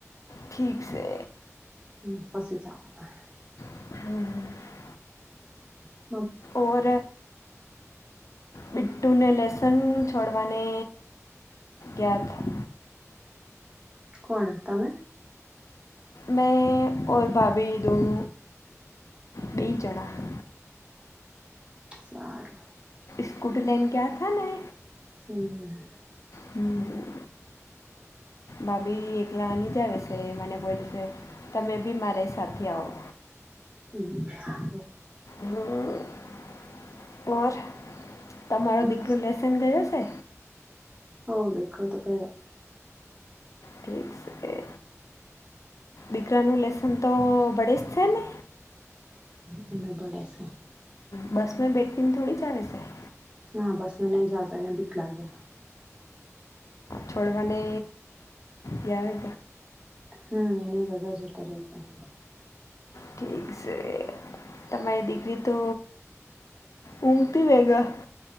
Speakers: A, on the left; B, on the right.
A: ઠીક છે.
B: હમ પછી જ પણ
A: હા
B: ઓ
A: ઓર બીટ્ટુને લસન છોડવાને ગયા.
B: કોણ તમે
A: મે ઓર ભાભી દોન બેહી ચણ્યા
B: સારુ
A: સ્કોૂટલન્ડ ક્યા થ ના
B: હમ્મ
A: હમ્મ ભભી એગલાની જાય બેશે મ બોલી છે. તમે બી મારી સાથે આવો
B: હ હો
A: હ ઓર તમારો
B: બસ
A: દીકરો લેસન ગયો છે.
B: હો દેખ તો ક
A: ઠીક છેે. દીકરાનું લેસન તો ભડે જ છે ને
B: હ એ બાડ સ
A: હ બસમાં બેઠી ને થોડી જ આવીસાય
B: હા બસ મેંહી જતા એને બિકલા ગયા
A: છોડવાને ગયાર
B: હમ એને દધા જતા રહે હતા
A: ઠીક છે. તમારી દીકરી તો ઊંઘતી વેગા